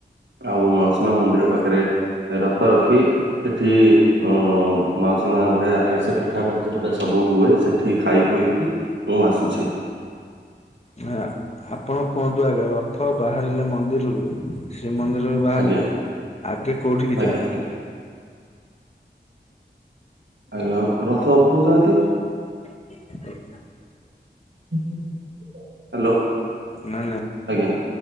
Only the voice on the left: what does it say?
ନା ଆପଣ କୁହନ୍ତୁ ଆଗେ ରଥ ବାହାରିଲେ ମନ୍ଦିରୁରୁ ଶ୍ରୀମନ୍ଦିରରୁ ବାହାରିଲେ
ଆଗେ କୋଉଠିକି
ଯାଏ?
<unintelligible>
ନା ନା।